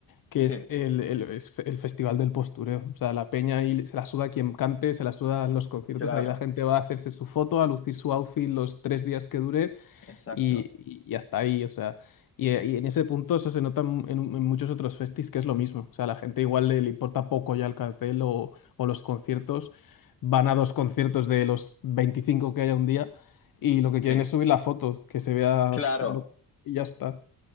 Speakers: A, on the left; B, on the left.
A: Que
B: Sí,
A: es el, el, es fe- el festival del postureo. O sea, la peña ahí se la suda quien cante, se la suda los conciertos,
B: claro,
A: ahí la gente va a hacerse su foto, a lucir su outfit los tres días que dure
B: exacto.
A: y, y- y hasta ahí, o sea, y, y en ese punto eso se nota en, en- muchos otros festis que es lo mismo, o sea, la gente igual le, le importa poco ya el cartel o, o los conciertos, van a dos conciertos de los 25 que haya un día y lo que
B: Sí,
A: quieren es subir la foto, que se vea
B: claro,
A: lo- y ya está.